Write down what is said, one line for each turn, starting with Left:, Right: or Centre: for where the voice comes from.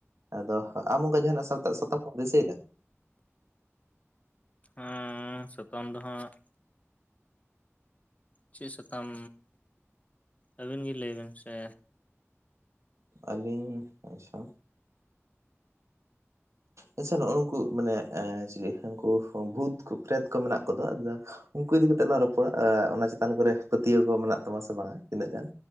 Right: ᱟᱫᱚ ᱟᱢ ᱚᱱᱴᱝᱠᱟ ᱡᱟᱦᱟᱱᱟᱜ ᱥᱟᱛᱟ ᱥᱟᱛᱟᱢ ᱠᱚᱢ ᱫᱤᱥᱟᱹᱭᱮᱫᱟ?
Left: ᱩᱸ ᱥᱟᱛᱟᱢ ᱫᱚ ᱦᱟᱸᱜ ᱪᱤᱜ ᱥᱟᱛᱟᱢ ᱟᱹᱵᱤᱱ ᱜᱮ ᱞᱟᱹᱭᱵᱤᱱ ᱥᱮ᱾
Right: ᱟᱹᱞᱤᱧ ᱟᱪᱷᱟ ᱟᱪᱷᱟ ᱱᱚᱜᱚᱝᱠᱩ ᱢᱟᱱᱮ ᱩᱝᱠᱩ ᱢᱟᱱᱮ ᱪᱮᱞᱮ ᱩᱱᱠᱩ ᱵᱷᱩᱛ ᱯᱷᱮᱛ ᱠᱚ ᱢᱮᱱᱟᱜ ᱠᱚᱫᱚ ᱩᱱᱠᱩ ᱤᱫᱤ ᱠᱟᱛᱮᱜ ᱞᱟᱝ ᱨᱚᱯᱚᱲᱟ ᱚᱱᱟ ᱪᱮᱛᱟᱱ ᱠᱚᱨᱮ ᱯᱟᱹᱛᱭᱟᱹᱣ ᱠᱚ ᱢᱮᱱᱟᱜ ᱛᱟᱢᱟ ᱥᱮ ᱵᱟᱝᱟ ᱛᱤᱱᱟᱹᱜ ᱜᱟᱱ?